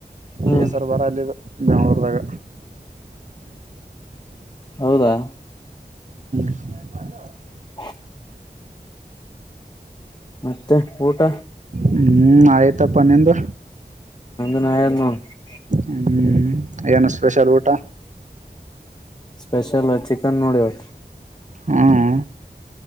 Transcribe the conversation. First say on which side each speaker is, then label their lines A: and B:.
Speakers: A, on the left (about 25°); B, on the right (about 50°).
A: ಹ
B: ಬೇಸರ್ ಬರ ಅಲ್ಲಿದ್ ಬೆಂಗಳೂರದಾಗ
A: ಹೌದಾ
B: ಹ <inaudible>
A: ಹ್ಮ <inaudible> ಮತ್ತೆ ಊಟ
B: ಹ್ಮ್ ಆಯ ತ್ತಪ್ಪನಿಂದು
A: ನ <unintelligible>
B: ಹ್ಮ್ ಏನು ಸ್ಪೆಷಲ್ ಊ ಟ
A: ಸ್ಪೆಷಲ್ ಚಿ ನೋಡಿ ಅವತ್ತು
B: ಹ್ಮ್